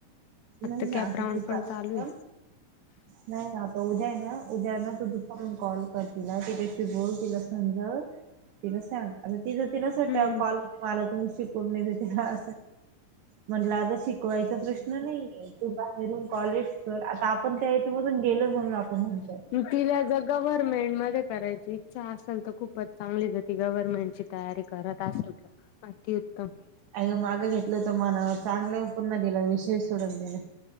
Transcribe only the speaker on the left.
आत्ता
कॅप
राऊंड
पण
चालू
आहे.
हम्म
तू तिला जग गव्हर्नमेंट मध्ये करायची इच्छा असेल तर खूपच चांगलीच आहे. ती गव्हर्नमेंटची तयारी करत असेल तर, अति उत्तम